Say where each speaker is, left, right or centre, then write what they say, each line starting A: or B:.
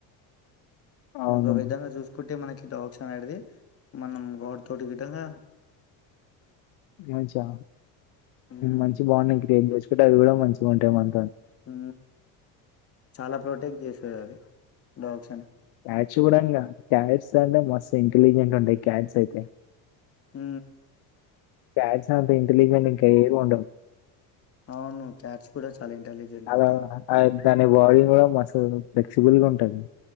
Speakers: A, on the left (about 60°); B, on the left (about 30°).
A: అవును
B: ఒక విధంగా చూస్కుంటే మనకి డ్వాట్స్ అనేటిది మనం గాడ్ తోటి గిట్టంగా
A: ఏం ఇచ్చావా
B: హ్మ్
A: మంచి బండింగ్ క్రియేట్ చేయచ్చు. దా అవి కూడా మంచిగా ఉంటాయి. మం
B: హు చాలా ప్రొటెక్ట్ జెస్ లు. అది డాగ్
A: క్యాట్ చూడంగా క్యాట్స్ అంటే మస్తు ఇంటెలిజెంట్ ఉంటాయి. క్యాట్స్ అయితే
B: హు
A: క్యాట్స్ అంత ఇంటెలిజెంట్ ఇంకా ఏవి ఉండవు.
B: అవును క్యాట్స్ కూడా చాలా ఇంటెలిజెంట్
A: అద
B: ఉంటాయి
A: అ దాని బాడి కూడా మస్త్ ఫ్లెక్సిబుల్ గా ఉంట టవి